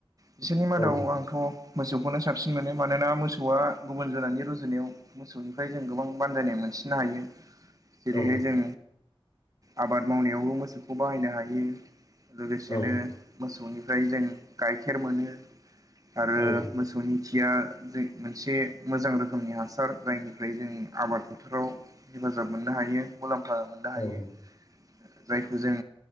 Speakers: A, on the right (about 40°); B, on the left (about 45°).
A: बिसोरनि मादाव
B: औ
A: आं थ' मोसौखौनो साबसिन मोनो मानोना मोसौआ गुबुन जुनादनि गुजुनायाव मोसौनिफ्राय जों गोबां बानजायनाय मोनसिनो हायो जेरैहाय
B: औ
A: जों आबाद मावनायावबो मोसौखौ बाहायनो हायो लोगोसेनो
B: औ
A: मोसौनिफ्राय जों गाइखेर मोनो आरो
B: औ
A: मोस मोनथिया जे मोनसे मोजां रोख रोखोमनि हासार जायनिफ्राय जों आबाद फोथाराव हेफाजाब मोननो हायो मुलाम्फा मोन दा
B: औ
A: हायो जाय जों